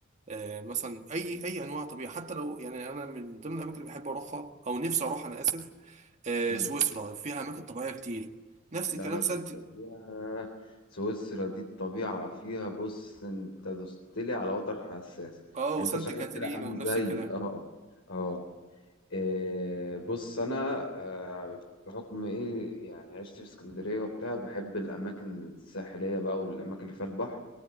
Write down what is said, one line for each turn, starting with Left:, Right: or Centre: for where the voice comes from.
Right: آه، مثلا اي اي انواع طبيعه حتى لو يعني انا من ضمن الاماكن اللي بحب اروحها او نفسي اروح انا اسف آه،
Left: امم
Right: سويسرا فيها اماكن طبيعيه كتير نفس
Left: لا
Right: الكلام
Left: لا
Right: سانت
Left: سويسرا ياه، سويسرا دي الطبيعه فيها بص انت دوستلي على وتر حساس
Right: اه
Left: يعني
Right: وسانت
Left: انت شكلك
Right: كاترين
Left: كده عامل
Right: ونفس
Left: زي
Right: الكلام
Left: اه اه إيه، بص انا آه، بحكم ايه يعني عشت في اسكندريه وبتاع بحب الاماكن الساحليه بقى والاماكن اللي فيها البحر